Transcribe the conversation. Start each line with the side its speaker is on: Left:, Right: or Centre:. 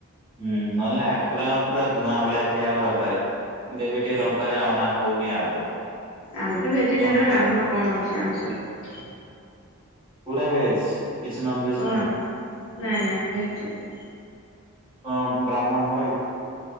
Right: ହୁଁ ନହେଲେ ଆଗରୁ ଆମର ପୁରା ଧୂଆଁ ଭଳିଆ ଖିଆ ହବ ରବିବାରେ କିନ୍ତୁ ଏବେ ଟିକେ ର ବିବାରେ ଅଣା ହୋଉନି ଆଉ।
Left: ଆମେ ତ ଭେଜିଟେରିଆନ
Right: କଣ କରିବା
Left: ଆମର କଣ ଅଛି ଆମିଷର
Right: ପୁରା ଭେଜ କିଛି ନନଭେଜ୍
Left: ହଁ
Right: ନାହିଁ।
Left: ନାଇଁ ନାଇଁ ଆମେ ଭେଜିଟେରିୟାନ।
Right: କଣ ବ୍ରାହ୍ମଣ ଘରକି?